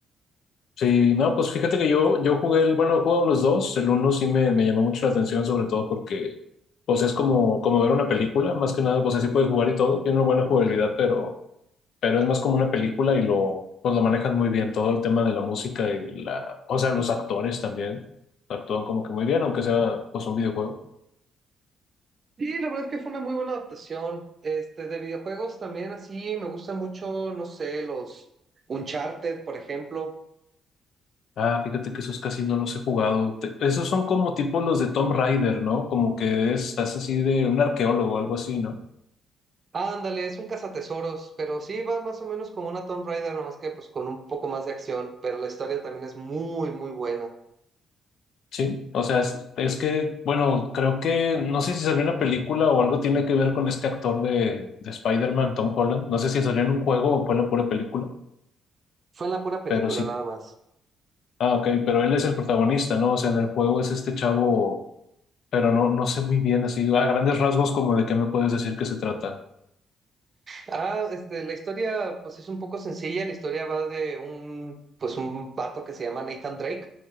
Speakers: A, on the left (about 65°); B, on the right (about 40°).
A: Sí, no, pues fíjate que yo, yo jugué el, bueno, he jugado los dos. El uno sí me, me llamó mucho la atención, sobre todo porque, pues es como, como ver una película, más que nada, pues así puedes jugar y todo. Tiene una buena jugabilidad, pero. pero es más como una película y lo, pues lo manejan muy bien, todo el tema de la música y de la, o sea, los actores también actúan como que muy bien, aunque sea pues un videojuego.
B: Sí, la verdad es que fue una muy buena adaptación. Este, de videojuegos también así, me gustan mucho, no sé, los Uncharted, por ejemplo.
A: Ah, fíjate que esos casi no los he jugado. Te- esos son como tipo los de Tomb Raider, ¿no? Como que estás así de un arqueólogo o algo así, ¿no?
B: Ándale, es un cazatesoros, pero sí va más o menos como una Tomb Raider, nomás que pues con un poco más de acción, pero la historia también es muy, muy buena.
A: Sí, o sea, es, es que, bueno, creo que, no sé si salió una película o algo tiene que ver con este actor de, de Spider-Man, Tom Holland. No sé si salió en un juego o fue la pura película,
B: Fue en la pura película
A: pero sí
B: nada más.
A: Ah, ok, pero él es el protagonista, ¿no? O sea, en el juego es este chavo, pero no, no sé muy bien, así, a grandes rasgos, como de qué me puedes decir que se trata.
B: Ah, este, la historia pues es un poco sencilla, la historia va de un, pues un vato que se llama Nathan Drake,